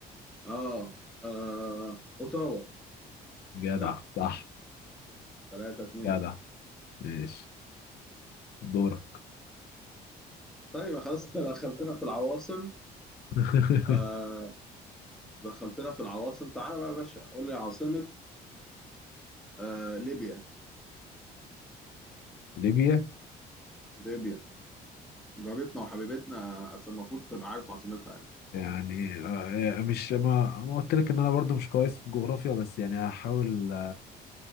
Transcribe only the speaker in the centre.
اه اه اوتاوا
صح؟
3 2
طيب خلاص انت دخلتنا في العواصم
آه دخلتنا في العواصم تعالى بقى يا باشا قول لي عاصمة آه ليبيا
ليبيا جارتنا وحبيبتنا أصل المفروض تبقى عارف عاصمتها يعني